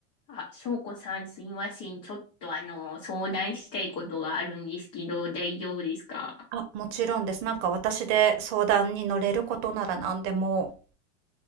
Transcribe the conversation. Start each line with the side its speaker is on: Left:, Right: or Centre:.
Left: あ、翔子さんすいません。ちょっとあの、相談したいことがあるんですけど、大丈夫ですか
Right: あ、もちろんです。なんか私で相談に乗れることなら何でも